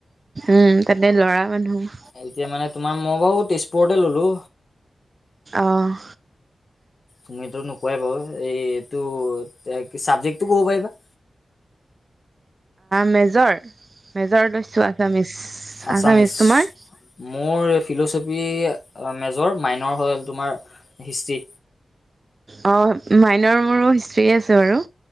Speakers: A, on the right (about 35°); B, on the left (about 45°).
A: উম, তাতে ল'ৰা মানুহ।
B: এতিয়া মানে তোমাৰ মই বাৰু তেজপুৰতে ল'লো।
A: অহ'।
B: তুমিতো নোকোৱাই বাৰু এই এইটো চাবজেক্টটো ক'ব পাৰিবা।
A: মেজৰ, মেজৰ লৈছো আচমিছ,
B: আছামিছ
A: আচামিছ তোমাৰ?
B: মোৰ ফিল'চফি মেজৰ মাইনৰ হ'ল তোমাৰ হিষ্টি।
A: অ', মাইনৰ মোৰো হিষ্ট্ৰীয়ে আছে বাৰু।